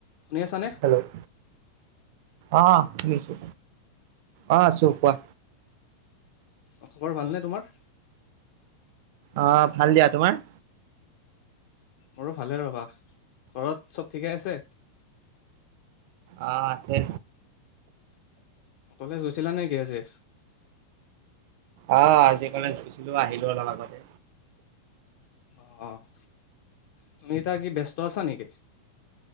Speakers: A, on the left (about 55°); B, on the right (about 55°).
A: শুনিআছানে।
B: Hello অ' শুনিছো অ' আছো কোৱা।
A: অ' খবৰ ভালনে তোমাৰ?
B: আহ ভাল দিয়া, তোমাৰ?
A: মোৰো ভালে ৰবা ঘৰত চ'ব ঠিকে আছে।
B: অ' আছে
A: কলেজ গৈছিলা নে কি আজি?
B: আহ আজি কালি গুছিলো আহিলো অলপ আগতে।
A: অ' তুমি এতিয়া কি ব্যস্ত আছা নেকি?